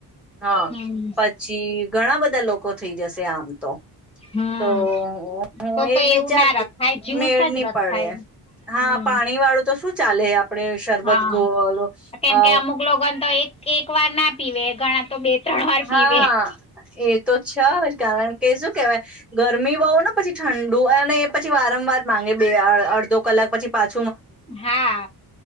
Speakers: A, in the centre; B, on the left.
A: હા
B: હમ
A: પછી ઘણા બધા લોકો થઈ જશે આમ તો
B: હમ
A: તો હું
B: તો
A: એજ
B: તો એવું
A: વિચારતી
B: ના રખાય જ્યુસ
A: મેળ ની
B: જ રખાય
A: પડે હા
B: હમ
A: પાણી વાળું તો શું ચાલે ‌આપ આપડે શરબત
B: હા
A: ગોવાલો
B: કેમ
A: અ
B: કે અમુક લોકોને તો એક એક વાર ના પીવે ઘણા તો બે ત્રણ વાર
A: હા
B: પીવે
A: એ તો છે. કારણ કે શું કહેવાય ગરમી બહુ ને પછી ઠંડુ અને એ પછી વારંવાર માંગે બે અડધો કલાક પછી પાછુ.
B: હા